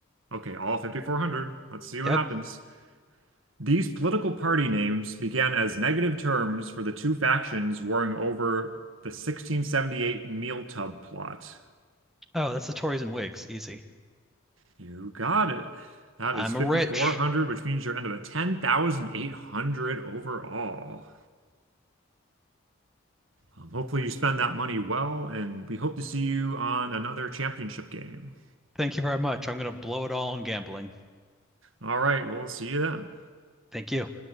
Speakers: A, on the right; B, in the centre.
A: Okay, all 5,400. Let's see what
B: Yep.
A: happens. These political party names began as negative terms for the two factions warring over the 1678 meal tub plot.
B: Oh, that's the Tories and Whigs. Easy.
A: You got it. That
B: I'm
A: is 5,400,
B: a rich.
A: which means you're end up at 10,800 overall. Um, hopefully, you spend that money well, and we hope to see you on another championship game.
B: Thank you very much. I'm going to blow it all on gambling.
A: All right, we'll see you then.
B: Thank you.